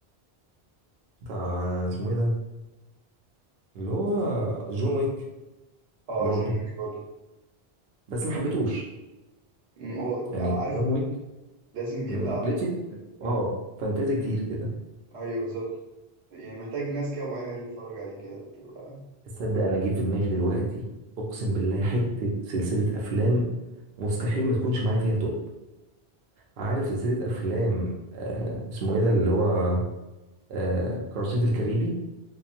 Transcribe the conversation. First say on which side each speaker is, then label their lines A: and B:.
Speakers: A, on the right; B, on the right.
A: بتاع اسمه ايه ده اللي هو جون ويك
B: اه
A: برضه
B: جون ويك برضه
A: بس ما حبيتهوش
B: مم. هو
A: يعني
B: عارف
A: جون ويك
B: لازم يبقى
A: مم، لقيت اه فانتازي كتير كده
B: ايوه بالظبط يعني محتاج ناس كده معينة هي اللي تتفرج عليه كده تبقى
A: تصدق انا جه في دماغي دلوقتي اقسم بالله حته سلسله افلام مستحيل ما تكونش معايا فيها توب عارف سلسله افلام آه اسمه ايه ده اللي هو آه قراصنة الكاريبي